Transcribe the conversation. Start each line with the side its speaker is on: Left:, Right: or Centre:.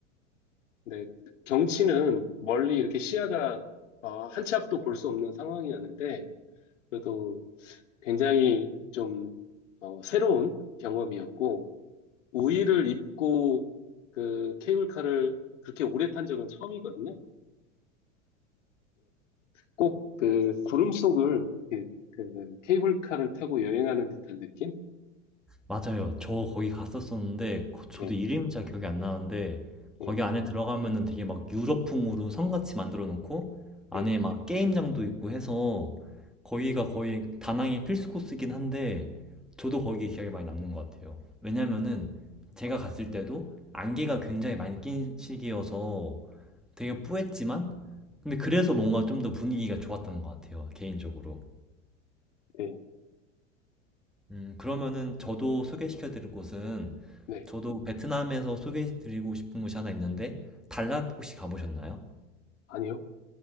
Left: 근데 경치는 멀리 이렇게 시야가 어, 한 치 앞도 볼 수 없는 상황이었는데 그래도 굉장히 좀 어, 새로운 경험이었고 우의를 입고 그 케이블카를 그렇게 오래 탄 적은 처음이거든요. 꼭 그 구름 속을 이렇게 그 케이블카를 타고 여행하는 듯한 느낌?
Centre: 맞아요. 저 거기 갔었었는데 거- 저도
Left: 네.
Centre: 이름이 잘 기억이 안 나는데
Left: 네.
Centre: 거기 안에 들어가면은 되게 막 유럽풍으로 성같이 만들어 놓고
Left: 네,
Centre: 안에 막 게임장도 있고 해서 거기가 거의 다낭의 필수 코스긴 한데 저도 거기 기억이 많이 남는 것 같아요. 왜냐면은 제가 갔을 때도 안개가 굉장히 많이 낀 시기여서 되게 뿌했지만 근데 그래서 뭔가 좀 더 분위기가 좋았던 것 같아요. 개인적으로.
Left: 네,
Centre: 음, 그러면은 저도 소개시켜 드릴 곳은
Left: 네.
Centre: 저도 베트남에서 소개해 드리고 싶은 곳이 하나 있는데 달랏 혹시 가보셨나요?
Left: 아니요?